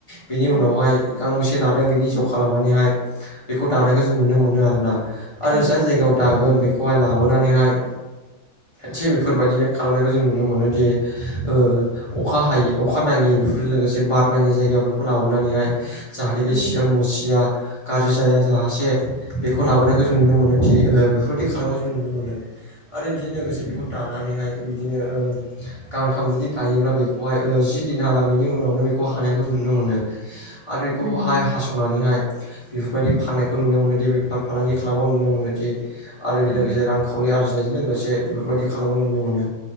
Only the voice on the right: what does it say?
औ
औ
औ
नंगौ
औ